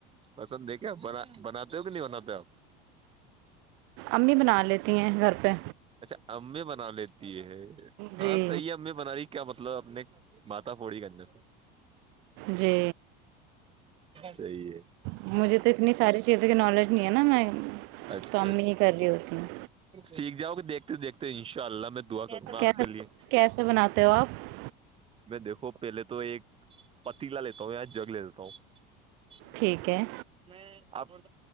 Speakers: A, on the right; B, on the right.
A: پسند دیک کیا آپ ب بناتے ہو کہ نہیں بناتے آپ
B: امی بنا لیتی ہیں گھر پہ
A: اچھا ایں بنا لیتی ہے ہاں
B: جی
A: صحیح ہے ایں بنا رہی کیا بتا مطلب اپنے ماتا پوڑی کرنے سے
B: جی
A: صحیح ہے
B: مجھے تو اتنی ساری چیزوں کی نالج نہیں ہے نا میں
A: اچھا
B: تو امی
A: اچھا
B: ہی کر رہی ہوتی ہیں
A: سیکھ جاؤ گ دیکھ دیکتے ان شاء اللہ میں تو دا کرا
B: کیسے
A: آپ کے لیے
B: کیسے بناتے ہو آپ
A: میں دیکھو پہلے تو ایک پتی لےتا ہ جگ ل ککو <unintelligible>
B: ٹھیک ہے
A: اس میں آپ